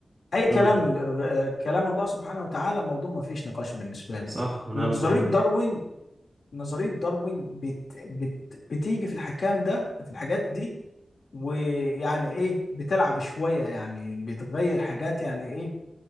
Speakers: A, on the left (about 65°); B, on the right (about 25°).
A: اي كلام
B: امم
A: آه، كلام الله سبحانه وتعالى موضوع ما فيش نقاش بالنسبه لي
B: صح ونعم
A: نظريه
B: بالله
A: داروين نظرية داروين بت... بت... بتيجي في الحكام ده في الحاجات دي ويعني ايه بتلعب شوية يعني بتغير حاجات يعني ايه